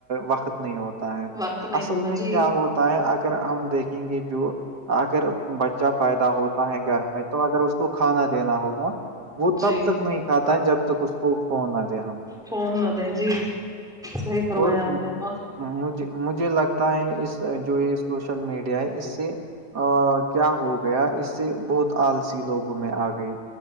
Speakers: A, on the right; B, in the centre.
A: وقت نہیں ہوتا ہے
B: وقت نہیں
A: اصل
B: ہوتا
A: میں کیا
B: جی
A: ہوتا ہے اگر ہم دیکھیں گے جو اگر بچہ پیدا ہوتا ہے گھر میں تو اگر اس کو کھانا دینا ہوگا وہ تب
B: جی
A: تک نہیں کھاتا ہے جب تک اس کو فون نہ دے ہم
B: فون نہ دیں جی صحیح فرمایا
A: اورمج
B: آپ نے اور
A: مجھے لگتا ہے اس جو یہ سوشل میڈیا ہے اس سے ا کیا ہو گیا اس سے بہت آلسی لوگوں میں آ گئی